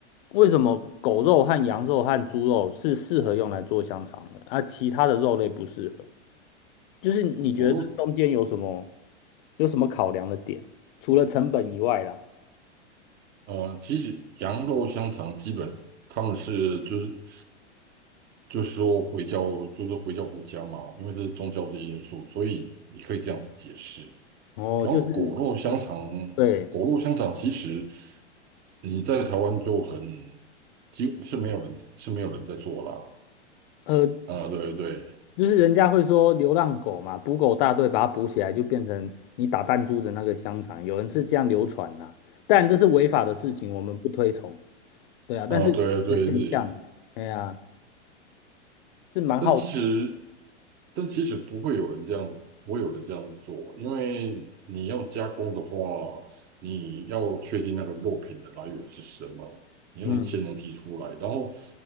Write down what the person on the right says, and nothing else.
我肉
呃，其实羊肉香肠基本他们是就是。就说回教，就是回教国家嘛，因为这是宗教的因素，所以你可以这样子解释。
然后果肉香肠，
果肉香肠其实你在台湾就很几乎是没有人是没有人在做啦。
啊、对对，
啊、
对对对，
但其实，但其实不会有人这样子，不会有人这样子做，因为你要加工的话，你要确定那个肉品的来源是什么，你要先能提出来，
然后